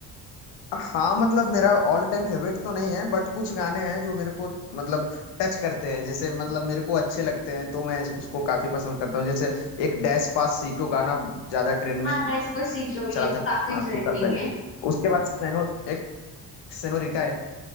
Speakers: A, on the left; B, on the left.
A: हाँ मतलब मेरा ऑल टाइम फेवरेट तो नहीं है बट कुछ गाने हैं जो मेरे को मतलब टच करते हैं जैसे मतलब मेरे को अच्छे लगते हैं तो मैं उसको काफी पसंद करता हूँ जैसे एक डैश पास सीटो गाना ज्यादा ट्रेंड में
B: हाँ डेस्पासिटो ये
A: चला
B: तो
A: था अ,
B: काफी ट्रेंडिंग
A: कुछ साल पहले
B: है
A: उसके बाद सेनो एक सेनोरिटा है